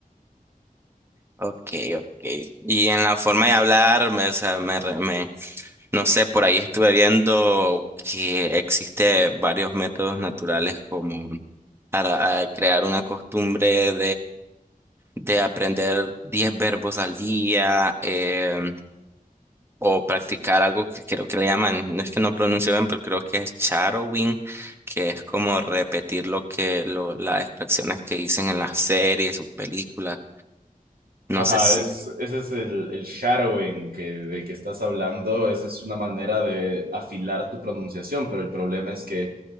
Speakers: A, on the right (about 15°); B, on the right (about 80°).
A: Ok, ok. Y en la forma de hablar, me, o sea, me, re- me- no sé, por ahí estuve viendo que existe varios métodos naturales como para ah, crear una costumbre de aprender 10 verbos al día em, o practicar algo que creo que le llaman, no es que no pronuncio bien, pero creo que es shadowing, que es como repetir lo que lo, las expresiones que dicen en las series o películas.
B: Ajá,
A: No sé si.
B: es, ese es el, el shadowing que, del que estás hablando. Esa es una manera de afilar tu pronunciación, pero el problema es que